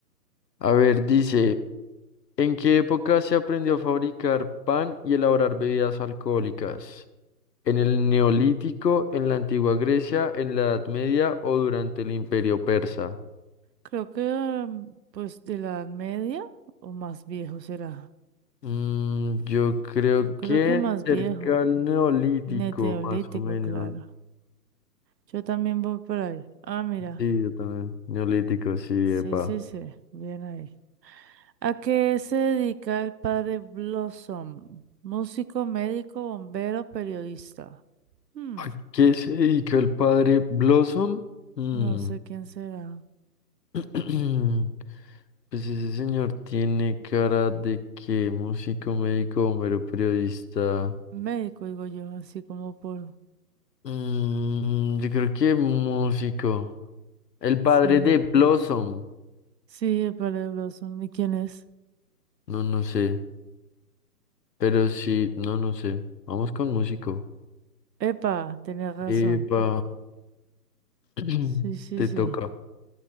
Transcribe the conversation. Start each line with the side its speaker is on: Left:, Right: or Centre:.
Left: A ver, dice, ¿en qué época se aprendió a fabricar pan y elaborar bebidas alcohólicas? ¿En el Neolítico, en la antigua Grecia, en la Edad Media o durante el Imperio Persa?
Right: Creo que, mm, pues, de la Edad Media o más viejo será.
Left: Mm, yo creo
Right: Yo creo
Left: que
Right: que más
Left: cerca
Right: viejo.
Left: al Neolítico,
Right: Neolítico,
Left: más o menos.
Right: claro. Yo también voy por ahí. Ah, mira.
Left: Sí, yo también. Neolítico, sí, epa.
Right: Sí, sí, sí. Bien ahí. ¿A qué se dedica el padre Blossom? Músico, médico, bombero, periodista. Hmm,
Left: ¿A qué se dedicó el padre Blossom? Mm,
Right: no sé quién será.
Left: <clears throat> Pues ese señor tiene cara de que músico, médico, bombero, periodista.
Right: Médico, digo yo, así como por...
Left: Mm, yo creo que músico. El padre
Right: será.
Left: de Blossom.
Right: Sí, el padre Blossom. ¿Y quién es?
Left: No, no sé. Pero sí, no, no sé. Vamos con músico.
Right: Epa, tenía razón.
Left: Epa, <clears throat>
Right: Sí, sí,
Left: te
Right: sí.
Left: toca.